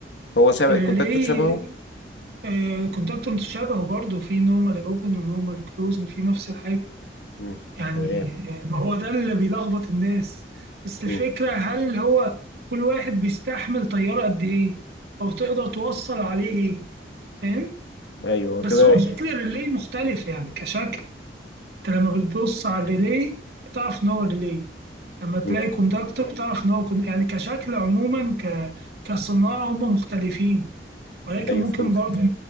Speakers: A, on the left (about 80°); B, on the right (about 65°).
A: هو شبه
B: الريلي
A: الكونتاكتور شبهه
B: آه، كونتاكتور متشابه برضه في نورمالي اوبن ونورمالي كلوز في نفس الحاجة
A: امم
B: يعني
A: تمام
B: ما هو ده اللي بيلخبط الناس بس
A: مم.
B: الفكرة هل هو كل واحد بيستحمل طيارة قد إيه أو تقدر توصل عليه إيه فاهم
A: ايوه هو
B: بس
A: كده
B: هو شكل الريلي مختلف يعني كشكل أنت لما بتبص على الريلي بتعرف إن هو ريلي لما تلاقي
A: مم.
B: كوندكتور بتعرف إن هو كون... يعني كشكل عموما ك... كصناعة هم مختلفين ولكن
A: ايوه
B: ممكن
A: فهمتك
B: برضه